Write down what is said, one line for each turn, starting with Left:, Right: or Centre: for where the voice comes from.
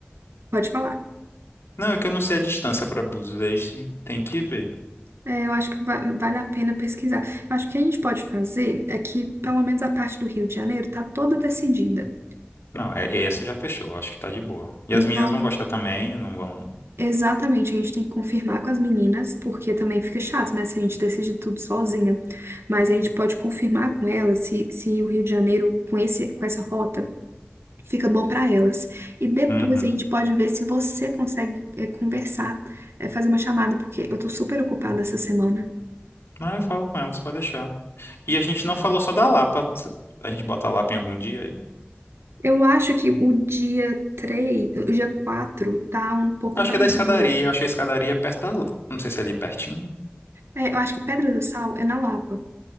Right: pode falar.
Left: Não, é que eu não sei a distância pra Búzios, aí sim, tem que ver.
Right: É, eu acho que va- vale a pena pesquisar. Eu acho que o que a gente pode fazer é que, pelo menos, a parte do Rio de Janeiro está toda decidida.
Left: Não, é, essa já fechou, acho que tá de boa. E
Right: Então,
Left: as meninas vão gostar também, não vão.
Right: Exatamente, a gente tem que confirmar com as meninas, porque também fica chato, né, se a gente decide tudo sozinha. Mas a gente pode confirmar com elas se, se o Rio de Janeiro, com esse, com essa rota, fica bom para elas. E depois
Left: Uhum.
Right: a gente pode ver se você consegue, eh, conversar, eh, fazer uma chamada, porque eu tô super ocupada essa semana.
Left: Não, eu falo com elas, pode deixar. E a gente não falou só da Lapa. A gente bota a Lapa em algum dia
Right: Eu acho que o dia 3, o dia 4 tá um pouco
Left: Acho
Right: vazio.
Left: que é da escadaria. Eu achei a escadaria é perto da. lu- Não sei se é ali pertinho.
Right: É, eu acho que Pedra do Sal é na Lapa.